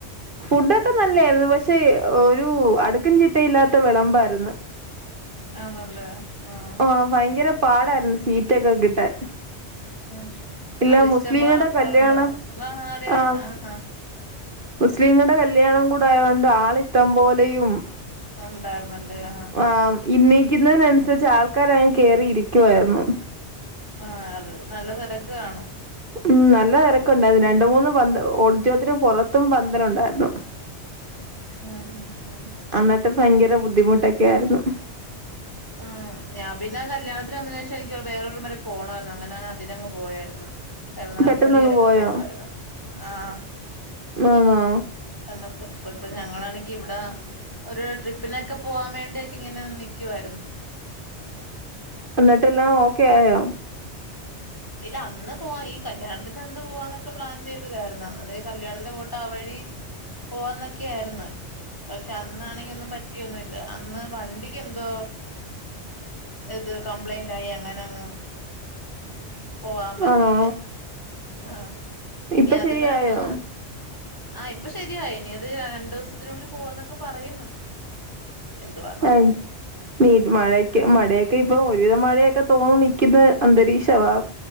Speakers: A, on the right (about 50°); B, on the left (about 20°).
A: ഫുഡൊക്കെ നല്ലായിരുന്നു പക്ഷെ ഒരു അടുക്കും ചിട്ടയില്ലാത്ത വെളമ്പായിരുന്നു
B: ആണല്ലേ ആഹ്
A: ആഹ് ഫയങ്കര പാടായിരുന്നു സീറ്റൊക്കെ കിട്ടാൻ
B: ഉം
A: ഇല്ല
B: അത് ഇഷ്ടമ്പോലെ
A: മുസ്ലിങ്ങളുടെ
B: ആൾക്കാരുണ്ടായിന്ന്
A: കല്യാണം
B: മാ ആഹ് അതെ
A: ആ
B: ആഹ്
A: മുസ്ലിങ്ങളുടെ കല്യാണം കൂടെ ആയത് കൊണ്ട് ആളിഷ്ടംപോലെയും
B: ഒണ്ടായിരുന്നല്ലേ ആഹ്
A: ആഹ് ഇന്നീക്കുന്നതിനനുസരിച്ച് ആൾക്കാരങ്‌ കേറിയിരിക്കുവായിരുന്നു
B: ആഹ് അത് നല്ല തെരക്ക് കാണും
A: ഉം നല്ല തെരക്കുണ്ടായിരുന്നു രണ്ട് മൂന്ന് പന്ത് ഓഡിറ്റോറിയത്തിനും പൊറത്തും പന്തലുണ്ടായിരുന്നു
B: ആഹ് പിന്നെ ആഹ്
A: അന്നിട്ട് ഭയങ്കര ബുദ്ധിമുട്ടൊക്കെ ആയിരുന്നു
B: ആഹ് ഞാൻപിന്നെ കല്യാണത്തിന് വന്നെത് ശേഷം എനിക്ക് വേറൊരു വരെ പോണായിരുന്നു അങ്ങനെ അതിനങ് പോയാരുന്നു കരുനാഗപ്പള്ളിവരൊക്കെ
A: പെട്ടെന്നങ്ങ് പോയോ
B: പോണായിരുന്നു ആഹ്
A: ആണോ
B: എന്നപ്പ ഇപ്പ ഇപ്പൊ ഞങ്ങളാണെങ്കി ഇവിടേ ഒരു ട്രിപ്പിനൊക്കെ പോവാം വേണ്ടിയൊക്കെ ഇങ്ങനെ നിക്കുവായിരുന്നു
A: എന്നിട്ടെല്ലാം ഓക്കെ ആയോ
B: ഇല്ല അന്ന് പോവാൻ ഈ കല്യാണത്തിന്റെ അന്ന് പോവാന്നൊക്കെ പ്ലാൻ ചെയ്തതായിരുന്നു അതോണ്ട് ഈ കല്യാണത്തിന് പോട്ട് ആവഴി പോവാന്നൊക്കെ ആയിരുന്നു പക്ഷെ അന്നാണെങ്കി ഒന്നും പറ്റി റ്റിയൊന്നുല്ല അന്ന് വണ്ടിക്ക് എന്തോ ഇത് കംപ്ലേന്റായി അങ്ങനെ അങ്ങ് പോവാൻ പറ്റിയീല്ല
A: ആണോ
B: ആഹ് ഇനി
A: ഇപ്പൊ
B: അതിപ്പോ
A: ശരിയായോ
B: രണ്ടൂന്ന് ആഹ് ഇപ്പൊ ശരിയായി ഇനീ അത് രണ്ടു ദിവസത്തിനുള്ളിൽ പോവുന്നൊക്കെ പറയുന്ന് എന്തുവാന്നാ
A: ആയ് നീ മഴക്ക് മഴയൊക്കെ ഇപ്പൊ ഒരുവിധം മഴയൊക്കെ തോന്നു നിക്കുന്ന അന്തരീക്ഷവാ